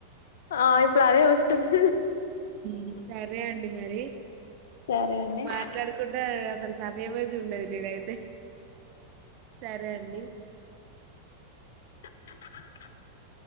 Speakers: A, on the left; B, on the right.
A: ఆ ఇప్పుడు అదే వస్తుంద్
B: మ్ సరే అండి మరి
A: సరే అండి
B: మాట్లాడకుంటా అసలు సమయమే చూడ్లేదు నేనై సరే అండి
A: <inaudible>